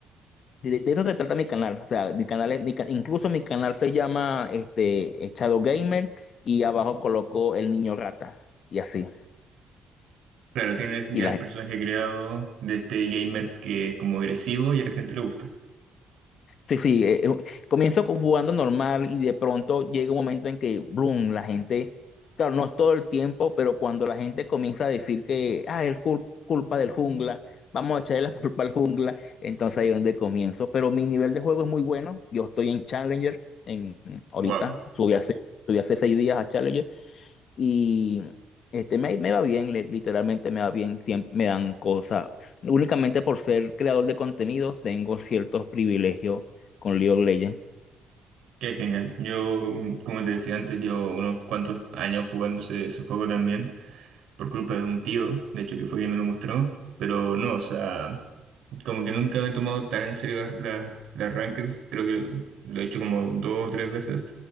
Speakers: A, on the left; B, on the right.
A: De, de eso se trata mi canal. O sea, mi canal, es- mi ca- incluso mi canal se llama este, Shadow Gamer y abajo coloco El Niño Rata y así.
B: Claro, tienes ya
A: y la
B: el personaje creado de este gamer que es como agresivo y a la gente le gusta.
A: Sí, sí, eh, eh, comienzo con- jugando normal y de pronto llega un momento en que, boom, la gente, claro, no es todo el tiempo, pero cuando la gente comienza a decir que, ah, es cul- culpa del jungla, vamos a echarle la <laughs> culpa al jungla, entonces ahí es donde comienzo. Pero mi nivel de juego es muy bueno, yo estoy en Challenger, en, ahorita,
B: Wow.
A: subí hace, subí hace seis días a Challenger y este, me, me va bien, le- literalmente me va bien, siempre me dan cosas. Únicamente por ser creador de contenido tengo ciertos privilegios con League of Legends.
B: Qué genial. Yo, mm, como te decía antes, llevo unos cuantos años jugando ese, ese juego también. por culpa de un tío, de hecho que fue quien me lo mostró, pero no, o sea, como que nunca me he tomado tan en serio las, las, las rankings, creo que lo he hecho como dos o tres veces,